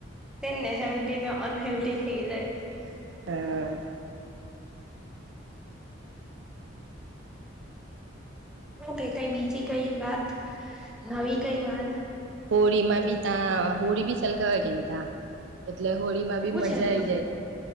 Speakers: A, in the centre; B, on the right.
A: તેને હેલ્દી ને અનહેલ્દી થઈ જાય
B: હા
A: શું કઈ કઈ બીજી કઈ વાત નવી કઈ વાત
B: હોળી માં બી ત્યા હોળી બી સલગાવ હોય કે ને ત્યા એટલે હોળીમાં બી
A: એવું
B: મજા
A: છે એમ
B: આઈ જાય